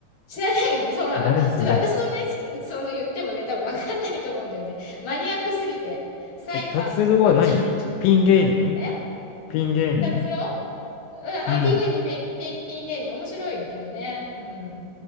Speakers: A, on the left (about 40°); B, on the left (about 80°).
A: 知らないよね。
B: <laughs>
A: そら、
B: 誰それ？
A: ちょっと私のね、好きその言ってもね、多分わかんないと思うんだよね。マニアックすぎて。サイカンとか達郎。
B: え、達郎は何ピン芸人
A: え
B: ピン芸人
A: 達郎うん、あ、
B: うん。
A: ピン芸人、ピン、ピン、ピン芸人。面白いけどね。うん。